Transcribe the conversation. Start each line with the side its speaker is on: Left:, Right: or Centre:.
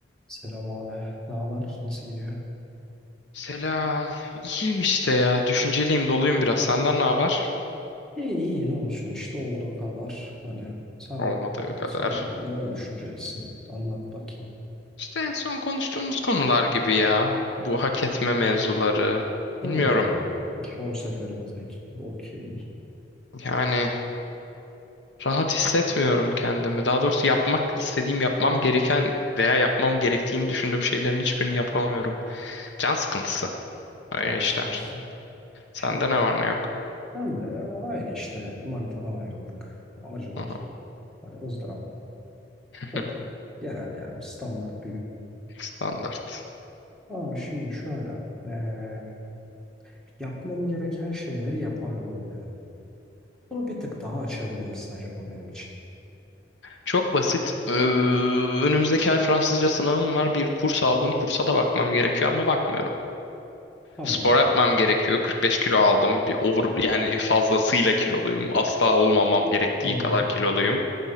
Centre: Selam abi. Ne haber? Nasıl gidiyor?
Left: Selam. İyiyim işte ya. Düşünceliyim, doluyum biraz. Senden ne haber?
Centre: İyi iyi ne olsun işte olduğu kadar. Hani sen
Left: Olmadığı kadar.
Centre: sen neden düşüncelisin? Anlat bakayım.
Left: İşte en son konuştuğumuz konular gibi ya. Bu hak etme mevzuları.
Centre: Hmm,
Left: Bilmiyorum.
Centre: son seferimizdeki gibi okey.
Left: Yani rahat hissetmiyorum kendimi. Daha doğrusu yapmak istediğim, yapmam gereken veya yapmam gerektiğini düşündüğüm şeylerin hiçbirini yapamıyorum. Can sıkıntısı. Öyle
Centre: Can
Left: işler.
Centre: sıkıntısı.
Left: Sende
Centre: Şimdi
Left: ne var ne yok.
Centre: ben de ya aynı işte manitadan ayrıldık. Acılar.
Left: Hı hı.
Centre: Hani ızdırap.
Left: <laughs>
Centre: Böyle. Genel yani standart bir gün.
Left: Standart.
Centre: Abi şimdi şöyle. eee, yapmam gereken şeyleri yapamıyorum dedim. Bunu bir tık daha açabilir misin acaba benim için?
Left: Çok basit. Ee, önümüzdeki ay Fransızca sınavım var. Bir kurs aldım. Kursa da bakmam gerekiyor ama bakmıyorum.
Centre: Tamam.
Left: Spor yapmam gerekiyor. 45 kilo aldım. Bir over, yani fazlasıyla kiloluyum. Asla olmamam gerektiği
Centre: Hı hı.
Left: kadar kiloluyum.